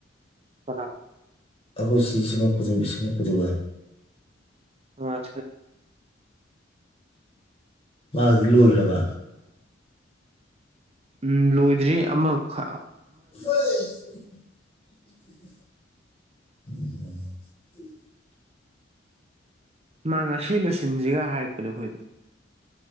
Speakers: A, on the right (about 30°); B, on the left (about 30°).
A: ꯀꯥꯅꯥ
B: ꯑꯩꯈꯣꯏꯁꯤ ꯁꯃꯛꯄ ꯏꯁꯩꯃꯛꯄꯨꯗꯨꯒ
A: ꯑ
B: ꯃꯥꯒꯗꯤ ꯂꯣꯏꯈ꯭ꯔꯕ
A: ꯎꯝ ꯂꯣꯏꯗ꯭ꯔꯤ ꯑꯃꯈ
B: ꯍꯣꯏ ꯎꯝ
A: ꯃꯥ ꯉꯁꯤ ꯂꯣꯏꯁꯤꯟꯁꯤꯒ ꯍꯥꯏꯔꯛꯄꯅꯦ ꯑꯩꯈꯣꯏꯗ